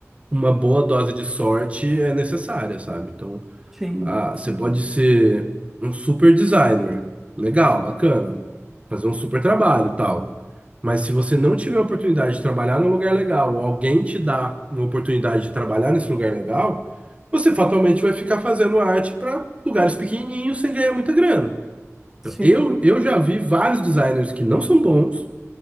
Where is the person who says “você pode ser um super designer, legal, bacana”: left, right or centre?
Right